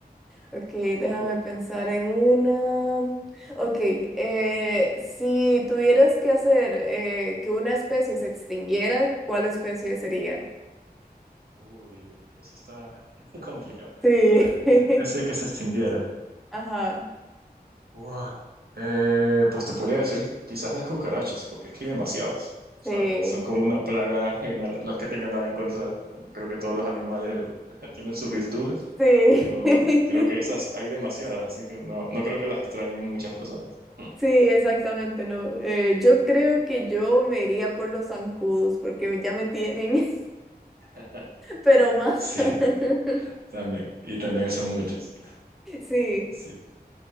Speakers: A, in the centre; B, on the right.
A: Ok,
B: Vale,
A: déjame
B: tu turno.
A: pensar en una. Ok, eh, si tuvieras que hacer eh, que una especie se extinguiera, ¿cuál especie sería?
B: Uy, uy, eso está <laughs> complicado.
A: Sí,
B: A ver,
A: <laughs>
B: una especie que se extinguiera.
A: ajá,
B: Guau. Eh, pues te podría decir que quizás las cucarachas, porque es que hay demasiadas, ¿sabes?
A: sí,
B: Son como una plaga <laughs> general. No es que tengan nada en contra, creo que todos los animales <laughs> tienen sus virtudes,
A: sí,
B: pero
A: <laughs>
B: creo que esas hay demasiadas, así que no, no creo que las extrañen muchas personas. <laughs>
A: sí, exactamente, no. eh, yo creo que yo me iría por los zancudos porque ya me tienen, <laughs>
B: Hmm.
A: pero más.
B: Sí,
A: <laughs>
B: también, también. Y también son muchos.
A: Sí.
B: Sí,